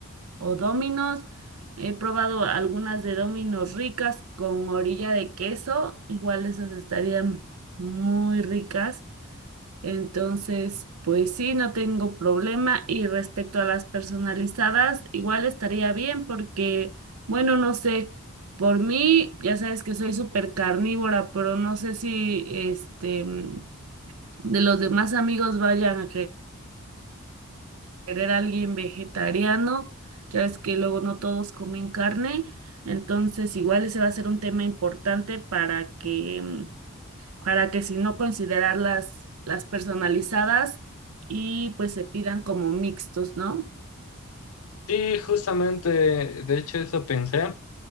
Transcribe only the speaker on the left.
Sí, justamente, de hecho eso pensé.